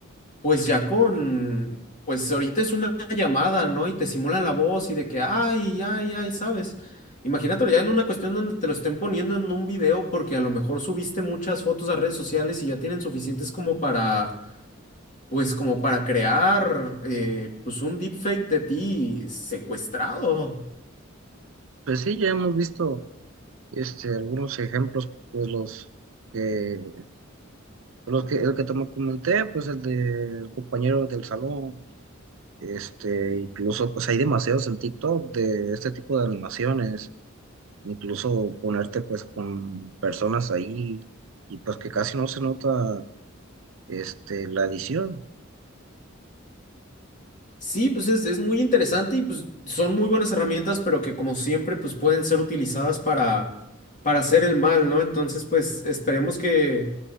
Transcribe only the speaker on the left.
pues ya con, pues ahorita es una llamada, ¿no? Y te simulan la voz y de que, ay, ay, ay, ¿sabes? Imagínatelo ya en una cuestión donde te lo estén poniendo en un video porque a lo mejor subiste muchas fotos a redes sociales y ya tienen suficientes como para Pues como para crear eh, pues un deepfake de ti secuestrado.
Sí, pues es, es muy interesante y pues son muy buenas herramientas, pero que como siempre pues pueden ser utilizadas para, para hacer el mal, ¿no? Entonces pues esperemos que,